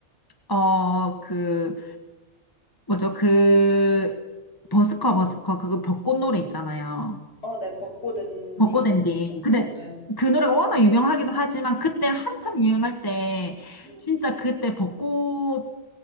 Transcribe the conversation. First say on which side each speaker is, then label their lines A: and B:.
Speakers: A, on the left; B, on the left.
A: 어, 그 뭐죠? 그 버스커 버스커 그거 벚꽃 노래 있잖아요.
B: 어, 네, 벚꽃 엔딩이죠.
A: 벚꽃 엔딩. 근데
B: 네.
A: 그 노래가 워낙 유명하기도 하지만 그때 한참
B: 네.
A: 유행할 때
B: 음.
A: 진짜 그때 벚꽃